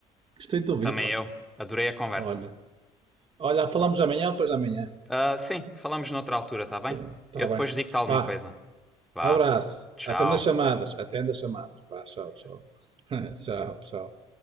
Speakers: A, on the right; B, in the centre.
A: Gostei de te ouvir,
B: Também
A: pá.
B: eu. Adorei a conversa.
A: Olha. Olha, falamos amanhã ou depois de amanhã.
B: Ah, sim, falamos noutra altura, tá
A: Sim,
B: bem?
A: está
B: Eu depois
A: bem.
B: digo-te alguma
A: Vá,
B: coisa. Vá.
A: abraço.
B: Tchau.
A: Atenda as chamadas, atenda as chamadas. Vá, tchau, tchau. <laughs> Tchau, tchau.